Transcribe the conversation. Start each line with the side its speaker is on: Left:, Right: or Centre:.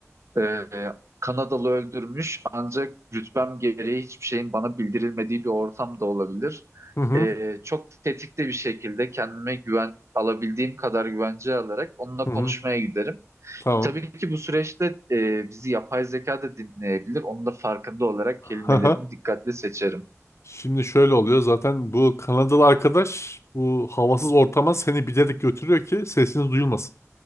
Right: E, Kanadalı öldürmüş ancak rütbem gereği hiçbir şeyin bana bildirilmediği bir ortam da olabilir.
Left: Hı hı.
Right: E, çok tetikte bir şekilde kendime güven alabildiğim kadar güvence alarak onunla
Left: Hı
Right: konuşmaya giderim.
Left: Tamam.
Right: Tabii ki bu süreçte e, bizi yapay zeka da dinleyebilir. Onun da farkında olarak kelimelerimi
Left: Hı
Right: dikkatli seçerim.
Left: Şimdi şöyle oluyor. Zaten bu Kanadalı arkadaş bu havasız ortama seni bilerek götürüyor ki sesiniz duyulmasın.